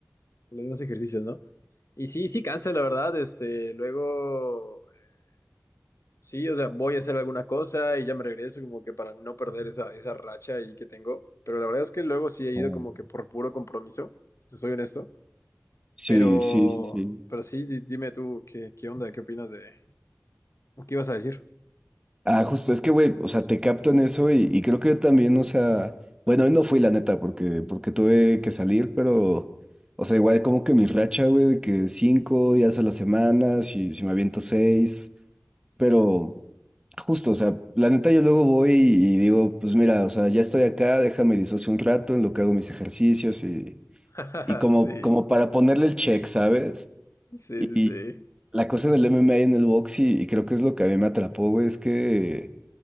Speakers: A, on the left; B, on the right.
A: los mismos ejercicios, ¿no? Y sí, sí cansa, la verdad, este, luego, eh, sí, o sea, voy a hacer alguna cosa y ya me regreso como que para no perder esa, esa racha ahí que tengo, pero la verdad es que luego sí he ido
B: Mm.
A: como que por puro compromiso, si te soy honesto.
B: Sí,
A: Pero,
B: sí, sí, sí.
A: pero sí, di- dime tú qué, qué onda, qué opinas de, o qué ibas a decir.
B: Ah, justo, es que, güey, o sea, te capto en eso y, y creo que yo también, o sea, bueno, hoy no fui la neta porque, porque tuve que salir, pero, o sea, igual como que mi racha, güey, de que cinco días a la semana, si, si me aviento seis, pero justo, o sea, la neta yo luego voy y, y digo, pues mira, o sea, ya estoy acá, déjame disocio un rato en lo que hago mis ejercicios y,
A: <laughs>
B: y como,
A: Sí,
B: como para ponerle el check, ¿sabes?
A: sí,
B: Y,
A: sí,
B: y
A: sí.
B: la cosa del MMA en el box y, y creo que es lo que a mí me atrapó, güey, es que